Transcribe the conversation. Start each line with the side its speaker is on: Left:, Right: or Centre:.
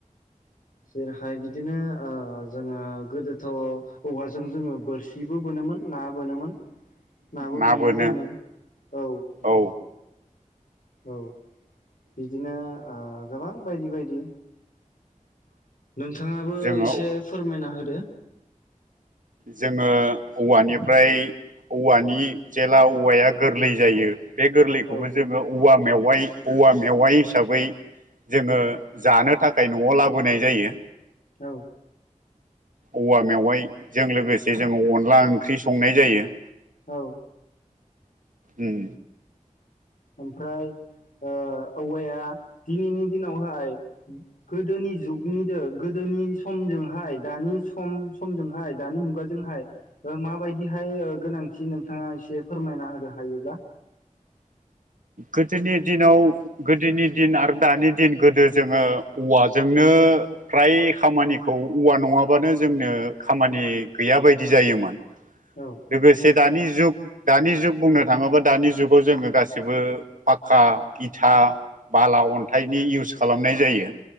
Left: <inaudible> जेरैहाय बिदिनो ओ जोङो गोदोथ' औवाजों जोङो बोरसिबो बोनोमोन ना बोनोमोन नाबो
Right: ना
Left: बोननाय
Right: बोनो
Left: जायोन औ
Right: औ
Left: औ बिदिनो ओ गोबां बायदि बायदि नोंथाङाबो
Right: जोङो
Left: एसे फोरमायना होदो
Right: जोङो औवानिफ्राय औवानि जेला औवाया गोरलै जायो बे गोरलैखौबो
Left: औ
Right: जोङो औवा मेवाइ औवा मेवाइ हिसाबै जोङो जानो थाखाय न'आव लाबोनाय जायो
Left: औ
Right: औवा मेवाइजों लोगोसे जोङो अनला ओंख्रि संनाय जायो
Left: औ
Right: उम
Left: ओमफ्राय ओ औवाया दिनैनि दिनावहाय गोदोनि जुगनिदो गोदो नि समजोंहाय दानि सम समजोंहाय दानि मुगाजोंहाय माबायदिहाय ओ गोनांथि नोंथाङा एसे फोरमायना होदो हायोब्ला
Right: गोदोनि दिनाव गोदोनि दिन आरो दानि दिन गोदो जोङो औवाजोंनो ओ फ्राय खामानिखौ औवा नङाबानो जोंनो खामानि गैया बायदि जायोमोन
Left: औ
Right: लोगोसे दानि जुग दानि जुग बुंनो थाङोबा दानि जुगाव जोङो गासिबो पाक्का इथा बाला अन्थाइनि इउस खालामनाय जायो